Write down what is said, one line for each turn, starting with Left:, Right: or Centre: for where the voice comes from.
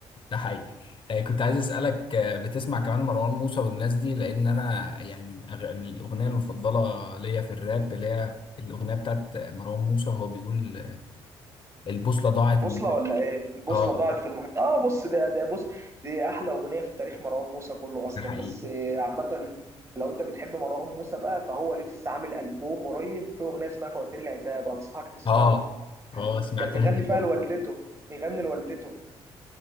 Left: ده حقيقي آه كنت عايز اسالك آه بتسمع كمان مروان موسى والناس دي لان انا يعني من, أغ... من الاغنيه المفضله ليا في الراب اللي هي الاغنيه بتاعت مروان موسى وهو بيقول البوصلة ضاعت
Right: البوصلة
Left: من
Right: ولا ايه؟ البوصلة
Left: اه
Right: ضاعت في المحيط اه بص ده ده بص دي احلى اغنية في تاريخ مروان موسى كله اصلا
Left: ده حقيقي
Right: بس آه، عامة لو انت بتحب مروان موسى بقى فهو لسه عامل ألبوم قريب فيه اغنية اسمها فواتير العتاب انصحك تسمعها
Left: اه اه سمعتها
Right: كان بيغني
Left: دي برضه
Right: فيها لوالدته بيغني لوالدته